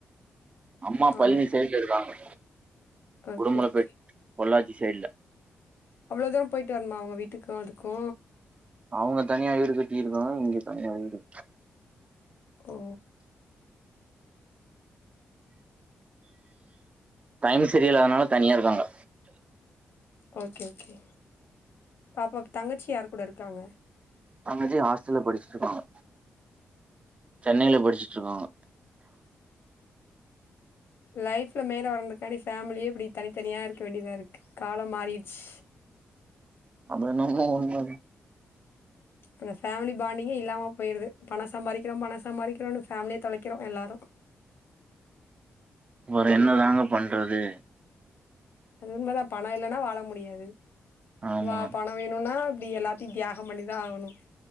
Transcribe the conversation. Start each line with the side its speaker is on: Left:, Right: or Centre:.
Right: அம்மா
Left: ஆ
Right: பழனி சைட் இருக்காங்க
Left: ஓகே
Right: குடுமலப்
Left: ஓகே
Right: பேட் பொள்ளாச்சி சைட்ல
Left: அவ்ளோ தூரோ பொயிட்டு வரணுமா உங்க வீட்டுக்கு அதுக்கு
Right: அவுங்க தனியா வீடு கட்டியிருக்காங்க இங்க தனியா வீடு
Left: ஓ
Right: டைம் சரியில்லாதனால தனியா இருக்காங்க
Left: ஓகே ஓகே பாப்பாக் தங்கச்சி யார் கூட இருக்காங்க
Right: தங்கச்சி ஹாஸ்டல்ல படிச்சிட்ருக்காங்க சென்னையில படிச்சுட்ருக்காங்க
Left: லைஃப்ல மேல வர்றந்துக்கான்டி ஃபேமிலியே இப்டி தனித்தனியா இருக்க வேண்டியதா இருக்கு காலம் மாறிருச்சு
Right: அது என்னமோ உண்மதா
Left: அந்த ஃபேமிலி பாண்டிங்கே இல்லாம போயிருது பணோ சம்பாரிக்கிறோ பணோ சம்பாரிக்கிறோனு ஃபேமிலியே தொலைக்கிறோ எல்லாரு
Right: இவர என்னதாங்க பண்றது
Left: அது உண்மைதா பணோ இல்லன்னா வாழ முடியாது
Right: ஆமா
Left: வா பணோ வேணுன்னா இப்டி எல்லாத்தையு தியாகம் பண்ணிதா ஆகணு